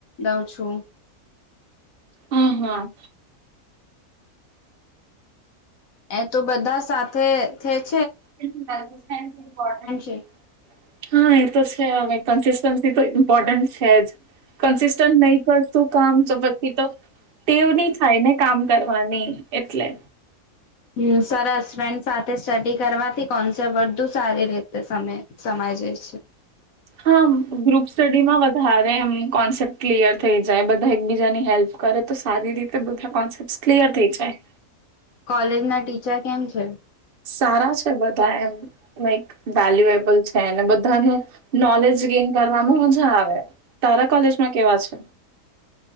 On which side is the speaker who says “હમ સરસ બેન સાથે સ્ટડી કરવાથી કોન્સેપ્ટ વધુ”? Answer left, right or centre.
Left